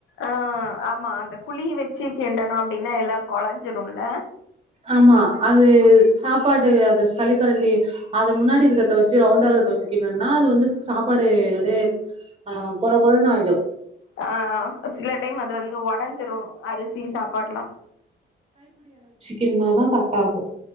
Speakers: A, on the left; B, on the right.
A: ஆஹ ஆமா அந்த குழி வச்சு கிண்டனும் அப்டின்னா எல்லாம் கொழஞ்சிரும்ல
B: ஆமா அது சாப்பாடு அது சளிக்கரண்டி அது முன்னாடி இருக்கத வச்சு ரவுண்டா இருக்கத வச்சுக்கின்டன்னா அது வந்து சாப்பாடு அடு அஹ குழ - குழன்னு ஆயிடும்
A: ஆ சில டைம் அது வந்து ஒடஞ்சிடும் அரிசி சாப்பாடுலாம்
B: கின்னா தா கரெக்டா இருக்கும்